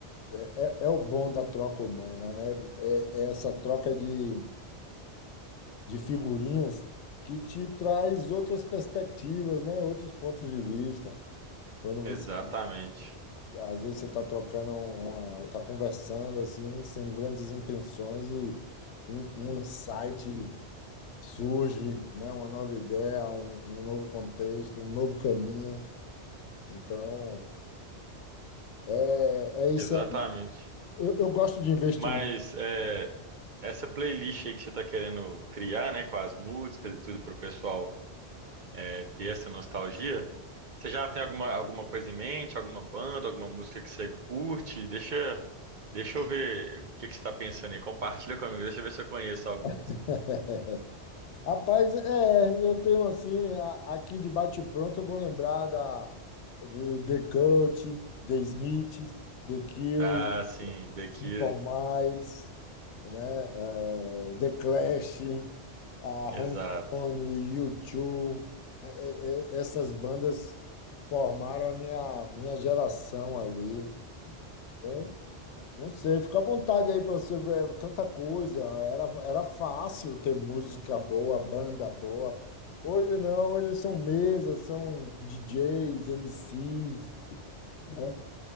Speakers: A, on the left; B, on the right.
A: é, é o bom da troca humana, né? É, é essa troca de, de figurinhas que te traz outras perspectivas, né? Outros pontos de vista. Quando você
B: Exatamente,
A: Às vezes você está trocando uma, está conversando assim, sem grandes intenções, e um, um insight surge, né, uma nova ideia, um, um novo contexto, um novo caminho. Então, é, é isso.
B: exatamente.
A: aí. Eu, eu gosto de investimento.
B: Mas é, essa playlist aí que você está querendo criar, né, com as músicas e tudo para o pessoal é, ter essa nostalgia, você já tem alguma, alguma coisa em mente, alguma banda, alguma música que você curte? Deixa Deixa eu ver o que que você está pensando aí. Compartilha comigo, deixa eu ver se eu conheço algumas.
A: <laughs> Rapaz, é, eu tenho assim, a- aqui de bate-pronto, eu vou lembrar da, do The Coach, The Smith, The Curry,
B: Ah, sim, The
A: Simple
B: Cure.
A: Minds, né? eh, The Clash, a Rolling
B: Exato.
A: Stone, U2, eh, eh, eh, essas bandas formaram a minha, minha geração ali. né? Não sei, fica à vontade aí para você ver é tanta coisa. Era, era fácil ter música boa, banda boa. Hoje não, hoje são mesas, são DJs, MCs, né?